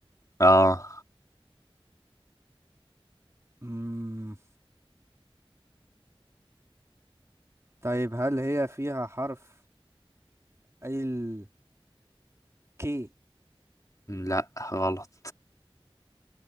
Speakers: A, on the left; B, on the right.
A: اه
B: مم. طيب هل هي فيها حرف ال كي
A: لا غلط